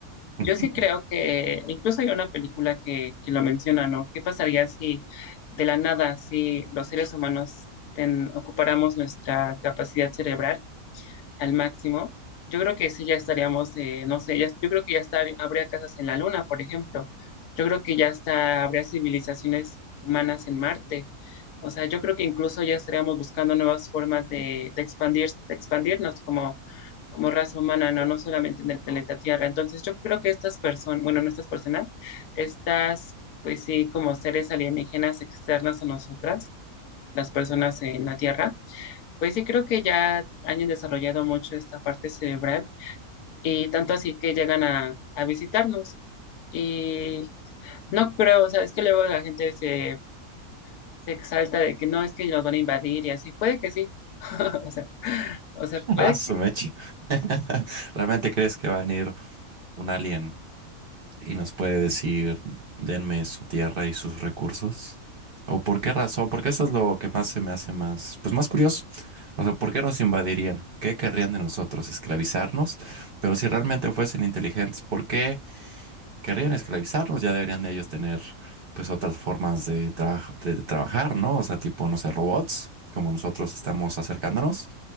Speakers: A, on the right; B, on the left.
A: <laughs>
B: Yo sí creo que incluso hay una película que, que lo menciona, ¿no? ¿Qué pasaría si de la nada, si los seres humanos ten- ocupáramos nuestra capacidad cerebral? al máximo, yo creo que sí ya estaríamos, eh, no sé, ya- yo creo que ya estar, habría casas en la Luna, por ejemplo. Yo creo que ya está, habría civilizaciones humanas en Marte. O sea, yo creo que incluso ya estaríamos buscando nuevas formas de, de expandir, de expandirnos como, como raza humana, ¿no? No solamente en el planeta Tierra. Entonces, yo creo que estas personas, bueno, no estas personas, estas, pues sí, como seres alienígenas externas a nosotras, las personas en la Tierra pues sí, creo que ya han desarrollado mucho esta parte cerebral y tanto así que llegan a, a visitarnos. Y no creo, o sea, es que luego la gente se, se exalta de que no, es que nos van a invadir y así. Puede que sí. <laughs> O sea, o sea, puede
A: Ah, su
B: que...
A: mecha. <laughs> ¿Realmente crees que va a venir un alien? y nos puede decir, denme su tierra y sus recursos. ¿O por qué razón? Porque eso es lo que más se me hace más, pues más curioso. O sea, ¿por qué nos invadirían? ¿Qué querrían de nosotros? ¿Esclavizarnos? Pero si realmente fuesen inteligentes, ¿por qué querrían esclavizarnos? Ya deberían ellos tener pues otras formas de, traj- de de trabajar, ¿no? O sea, tipo, no sé, robots, como nosotros estamos acercándonos,